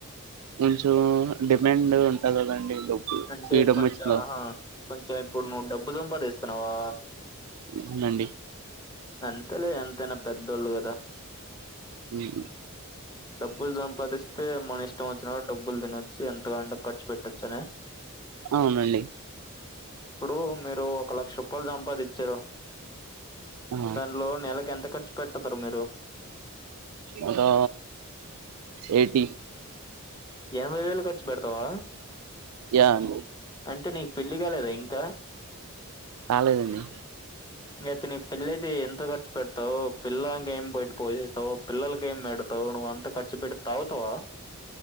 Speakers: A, on the right; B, on the left.
A: కొంచం డిమాండ్ ఉంటది కదండి డబ్బు
B: అంటే
A: ఫ్రీడమ్
B: కొంచం
A: వచ్చిన తర్వాత.
B: ఆహా కొంచం ఇప్పుడు నువ్వు డబ్బు సంపాదస్తున్నావా
A: అవునండి
B: అంతేలే ఎంతైనా పెద్దోళ్ళు కదా
A: హ్మ్.
B: డబ్బులు సంపాదిస్తే మన ఇష్ట ఇష్టం వచ్చినపుడు డబ్బులు తినచ్చు ఎంతగలాంటి ఖర్చు పెట్టచ్చ అనా
A: అవునండి
B: ఇప్పుడు మీరు ఒక లక్ష రూపాయలు సంపాదించారు
A: ఆ
B: దాన్లో నెలకు ఎంత ఖర్చు పెట్టతారు మీరు
A: అదా ఎయిటీ
B: ఎనభై వేలు ఖర్చు పెడతవా
A: యా ను
B: అంటే నీకు పెళ్ళి కాలేదా ఇంకా
A: కాలేదండీ
B: ఇంగా ఐతే నీకు పెళ్ళయితే ఎంత ఖర్చు పెడతావు పెళ్ళాంకి ఏం పెడ్ పోషిస్తావు పిల్లలకి ఏం పెడతావు నువ్వు అంత ఖర్చు పెడ్తావ్ తాగుతావా